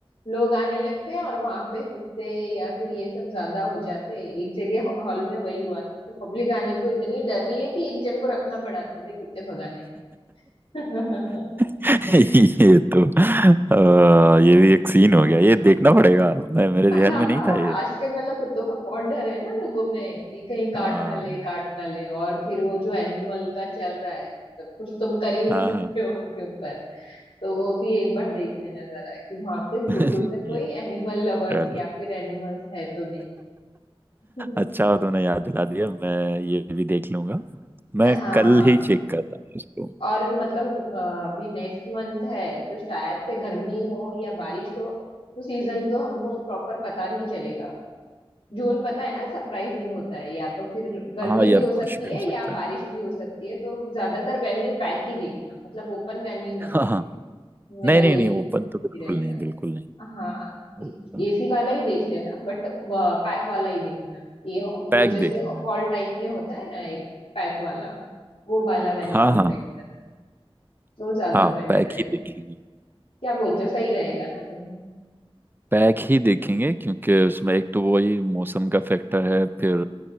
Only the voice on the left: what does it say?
लोग आने लगते हैं और वहां पे कुत्ते या फिर ये सब ज्यादा हो जाते हैं एक जगह हॉल में वही हुआ था तो पब्लिक आने को इतनी डर रही है कि एक जन को रखना पड़ा था भाई कुत्ते भगाने <laughs>
हाँ
हाँ
आजकल मतलब कुत्तों का बहुत डर है ना लोगों में कि कहीं काट
ना ले काट ना ले और फिर वो जो एनिमल का चल रहा है मतलब कुछ तुम कर ही नहीं
सकते
हो उनके ऊपर तो वो भी एक बार देख लेना जरा कि वहां पे दूर
दूर तक कोई
एनिमल लवर
या फिर एनिमल्स है तो नहीं
<laughs> हाँ
और मतलब अ, अभी नेक्स्ट मंथ है तो शायद से गर्मी हो या बारिश हो तो सीजन तो हमको प्रॉपर पता नहीं चलेगा जून पता है ना सरप्राइजिंग होता है या तो फिर गर्मी
भी हो सकती
है
या
बारिश भी हो सकती है तो ज्यादातर मेन्यू पैक ही देखना मतलब ओपन मेन्यू मत
देखना
मेरा
यही
सही
रहेगा
हाँ
एसी वाला ही देख लेना बट पैक वाला ही देखना ये वो
जैसे
हॉल टाइप में होता है ना एक पैक वाला वो वाला मेन्यू
डिसाइड
करना तो ज्यादा
बेटर
रहेगा
क्या बोलते हो सही रहेगा ना तुम